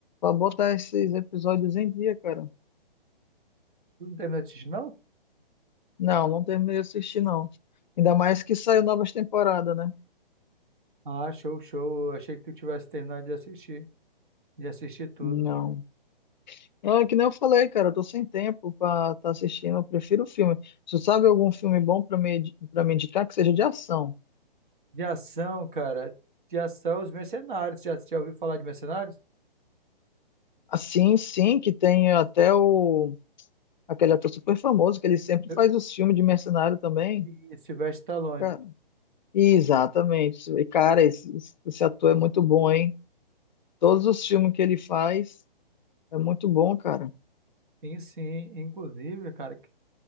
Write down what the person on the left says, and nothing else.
botar esses episódios em dia, cara.
Não, não terminei de assistir, não. Ainda mais que saiu novas temporadas, né?
Não. é que nem eu falei, cara, eu tô sem tempo pra estar assistindo, eu prefiro filme. Se tu sabe algum filme bom pra me, pra me indicar que seja de ação.
Assim, sim, que tem até o aquele ator super famoso, que ele sempre
faz os filmes de mercenário também.
Ca- Exatamente. E, cara, esse, esse ator é muito bom, hein? Todos os filmes que ele faz é muito bom, cara.